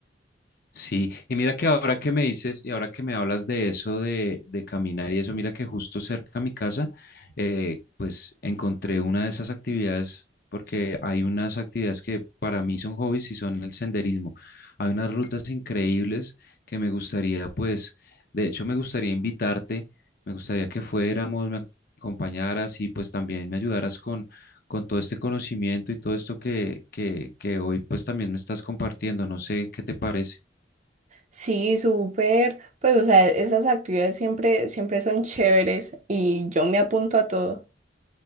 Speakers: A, on the left; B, on the right.
A: Sí, y mira que ahora que me dices y ahora que me hablas de eso de, de caminar y eso, mira que justo cerca a mi casa, eh, pues encontré una de esas actividades, porque hay unas actividades que para mí son hobbies y son el senderismo. Hay unas rutas increíbles que me gustaría, pues, de hecho me gustaría invitarte, me gustaría que fuéramos, me acompañaras y pues también me ayudaras con, con todo este conocimiento y todo esto que, que, que hoy pues también me estás compartiendo. No sé qué te parece.
B: Sí, súper. Pues, o sea, esas actividades siempre, siempre son chéveres y yo me apunto a todo.